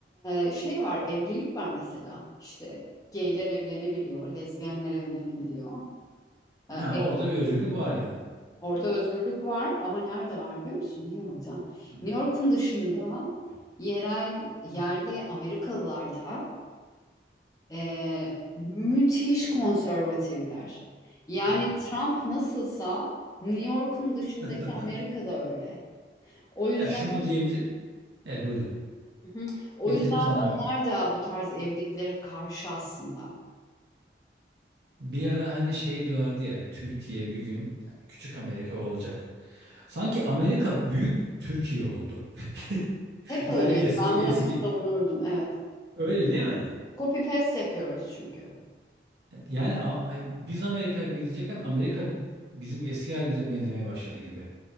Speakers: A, on the left; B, on the right.
A: e, şey var, evlilik var mesela. İşte gayler evlenebiliyor, lezbiyenler evlenebiliyor. E, e,
B: ha, orada bir özgürlük var yani.
A: orada özgürlük var ama nerede var biliyor musun? New York'ta.
B: Hı.
A: New York'un dışında yerel, yerli Amerikalılarda Ee, müthiş konservatifler. Yani
B: Hmm.
A: Trump nasılsa New York'un dışındaki
B: <laughs>
A: Amerika'da öyle. O yüzden
B: Ya şunu diyebilirim. E buyurun.
A: Hı hı. o
B: Bitirin
A: yüzden
B: sonra.
A: onlar da bu tarz evliliklere karşı aslında.
B: Bir ara hani şey diyorlardı ya Türkiye bir gün yani küçük Amerika olacak. Sanki Amerika büyük Türkiye oldu. <laughs>
A: Hep
B: Yani
A: öyleydi.
B: eski
A: Ben
B: eski.
A: bunu hep savunurdum. Evet.
B: Öyle değil mi?
A: Copy paste yapıyoruz çünkü.
B: Evet, Yani A- ay- biz Amerika'ya benzeyecekken Amerika bizim eski halimize benzemeye başladı gibi.